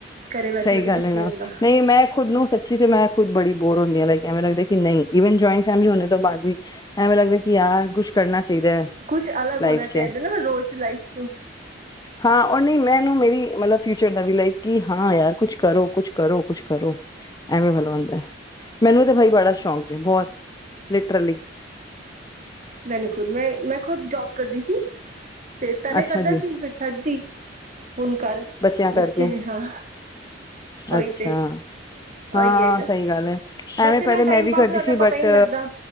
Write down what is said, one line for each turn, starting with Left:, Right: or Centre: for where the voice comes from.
Right: ਘਰੇ ਬੈਠੇ
Left: ਸਹੀ
Right: ਬੈਠੇ
Left: ਗੱਲ
Right: ਕੁਛ
Left: ਹੈ ਨਾ।
Right: ਨਹੀਂ ਹੁੰਦਾ
Left: ਨਹੀਂ, ਮੈਂ ਖੁਦ ਨੂੰ ਸੱਚੀ ਤੇ ਮੈਂ ਖੁਦ ਬੜੀ ਬੋਰ ਹੁੰਦੀ ਹਾਂ ਲਾਈਕ ਐਵੇਂ ਲੱਗਦਾ ਕਿ ਨਹੀ, ਜਿਵੇ ਜੁਇੰਟ ਫੈਮਿਲੀ ਹੋਣੇ ਤੋਂ ਬਾਅਦ ਵੀ ਐਵੇਂ ਲੱਗਦਾ ਕਿ ਯਾਰ ਕੁਛ ਕਰਨਾ ਚ ਕਰੀ ਦਾ,
Right: ਕੁਛ ਅਲੱਗ
Left: ਲਾਈਫ
Right: ਹੋਣਾ ਚਾਹੀਦਾ
Left: ਚ,
Right: ਨਾ ਰੋਜ਼ ਲਾਈਫ ਚ
Left: ਹਾਂ। ਉਹ ਨਹੀਂ ਮੈਂਨੂੰ ਮੇਰੀ ਕੀ ਮਤਲਬ ਫਿਊਚਰ ਦਾ ਵੀ ਲਾਈਕ ਕਿ ਹਾਂ ਯਾਰ ਕੁਛ ਕਰੋ, ਕੁਛ ਕਰੋ, ਕੁਛ ਕਰੋ। ਐਵੇਂ ਵੱਲ ਹੁੰਦਾ। ਮੈਨੂੰ ਤੇ ਬਾਈ ਬੜਾ ਸ਼ੌਕ ਬਹੁਤ, ਲਿਟਰਲੀ
Right: ਮੈਨੂੰ ਖੁਦ ਮੈਂ- ਮੈਂ ਖੁਦ ਜੋਬ ਕਰਦੀ ਸੀ। ਫਿਰ ਪਹਿਲੇ
Left: ਅੱਛਾ
Right: ਕਰਦਾ
Left: ਜੀ
Right: ਸੀ। ਫਿਰ ਛੱਡਦੀ ਹੁਣ ਘਰ
Left: ਬੱਚਿਆਂ
Right: ਬੱਚੇ
Left: ਕਰਕੇ
Right: ਨੇ ਹਾਂ। ਉਹੀ
Left: ਅੱਛਾ।
Right: ਤੇ
Left: ਹਾਂ,
Right: ਉਹੀ ਹੈਗਾ
Left: ਸਹੀ ਗੱਲ ਹੈ।
Right: ਬੱਚੇ
Left: ਐਵੇਂ ਪਹਿਲੇ
Right: ਨਾਲ ਟਾਈਮ
Left: ਮੈਂ ਵੀ
Right: ਪਾਸ
Left: ਕਰਦੀ
Right: ਹੋ ਜਾਂਦਾ
Left: ਸੀ।
Right: ਪਤਾ
Left: ਬਟ
Right: ਹੀ ਨਹੀਂ ਲੱਗਦਾ